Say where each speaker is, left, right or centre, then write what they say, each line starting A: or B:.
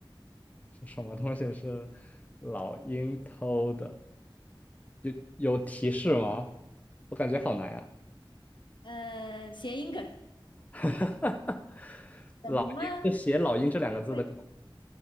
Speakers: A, on the left (about 15°); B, on the left (about 65°).
A: <laughs> 是什么东西是老鹰偷的？有有提示吗？我感觉好难呀、
B: 呃，谐音梗，
A: <laughs>
B: 什么？
A: 老鹰是写“老鹰”这两个字的梗吗
B: 会？